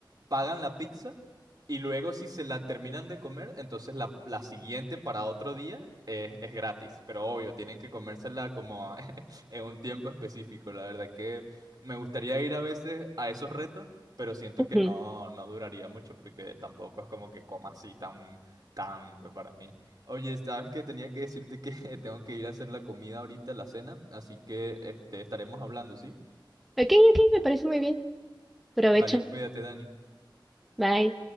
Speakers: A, on the right; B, in the centre.
A: pagan la pizza y luego si se la terminan de comer, entonces la, la siguiente para otro día es, es gratis, pero obvio, tienen que comérsela como <laughs> en un tiempo específico. La verdad que me gustaría ir a veces a esos retos pero siento
B: <laughs>
A: que no, no duraría mucho porque tampoco es como que coma así tan tanto para mí. Oye, sabes que tenía que decirte que <laughs> tengo que ir a hacer la comida ahorita, la cena, así que este, estaremos hablando, ¿sí?
B: Ok, ok, me parece muy bien. Provecho.
A: Vale, cuídate, Dani.
B: Bye.